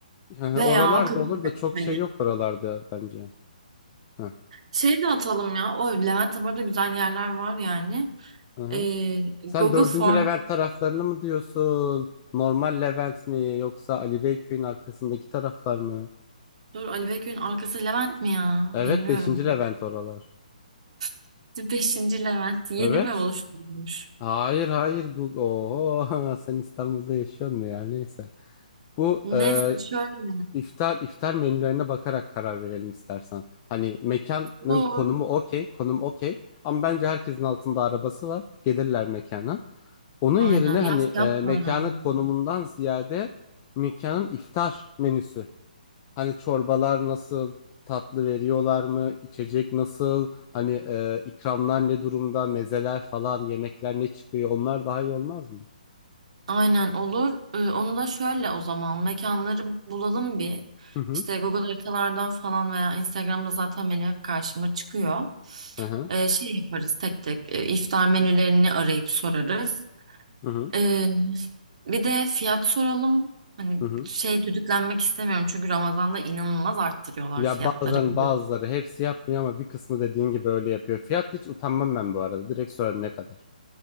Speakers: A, on the left (about 25°); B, on the right (about 45°).
A: Hı hı.
B: Veya
A: Oralarda
B: Kadıköy.
A: olur da çok
B: hani
A: şey yok oralarda bence. Hı
B: şey de atalım ya. O Levent'te bu arada güzel yerler var yani.
A: hı. hı.
B: Ee,
A: Sen
B: Google
A: dördüncü
B: Form.
A: Levent taraflarını mı diyorsun? Normal Levent mi yoksa Ali Beyköy'ün arkasındaki taraflar mı?
B: Dur Ali Bekir'in arkası Levent mi ya?
A: Evet
B: Bilmiyorum.
A: beşinci Levent oralar.
B: <laughs> Beşinci Levent. Yedi
A: Evet.
B: mi oluşturulmuş?
A: Hayır hayır Google. Oho, <laughs> sen İstanbul'da yaşıyorsun mu ya? Neyse. Bu
B: Neyse
A: e,
B: şöyle.
A: iftar iftar menülerine bakarak karar verelim istersen. Hani mekanın
B: Olur.
A: konumu okey, konum okey. Ama bence herkesin altında arabası var. Gelirler mekana. Onun
B: Aynen.
A: yerine
B: Ya
A: hani
B: fiyat
A: e, mekanın
B: da önemli.
A: konumundan ziyade mekanın iftar menüsü. Hani çorbalar nasıl, tatlı veriyorlar mı, içecek nasıl, hani e, ikramlar ne durumda, mezeler falan, yemekler ne çıkıyor, onlar daha iyi olmaz mı?
B: Aynen olur. Ee, onu da şöyle o zaman mekanları bulalım bir.
A: Hı hı.
B: İşte Google haritalardan falan veya Instagram'da zaten benim hep karşıma çıkıyor.
A: Hı hı.
B: Ee, şey yaparız tek tek e, iftar menülerini arayıp sorarız.
A: Hı hı.
B: Ee, bir de fiyat soralım. Hani
A: Hı hı.
B: şey düdüklenmek istemiyorum çünkü Ramazan'da inanılmaz arttırıyorlar
A: Ya
B: fiyatları.
A: bazen
B: biliyorum.
A: bazıları hepsi yapmıyor ama bir kısmı dediğin gibi öyle yapıyor. Fiyat hiç utanmam ben bu arada. Direkt sorarım ne kadar.